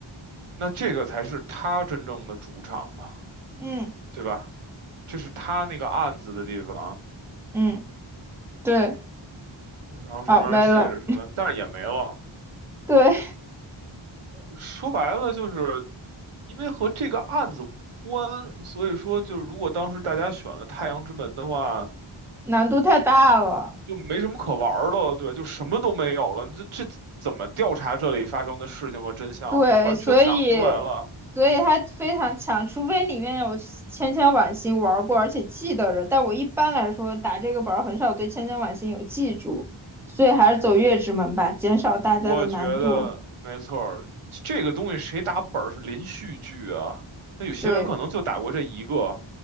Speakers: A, on the right; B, in the centre.
A: 那这个才是他真正的主场嘛，
B: 嗯
A: 对吧？这是他那个案子的地方，
B: 嗯，对，
A: 然后上面儿写着什么，
B: 好没了，
A: 但是也没了。
B: 对，
A: 说白了，就是因为和这个案子无关，所以说就是如果当时大家选了《太阳之门》的话。
B: <laughs> 难度太大了，
A: 就没什么可玩儿的了，对，就什么都没有了。这这怎么调查这里发生的事情和真相，
B: 对，
A: 就完全想不出来了。
B: 所以所以它非常强，除非里面有千千晚星玩过，而且记得着。但我一般来说打这个本儿很少对千千晚星有记住，所以还是走月之门吧，减少大家的难度。
A: 我觉得没错儿，这个东西谁打本儿是连续剧啊？那有些人可能就打过这一个，
B: 对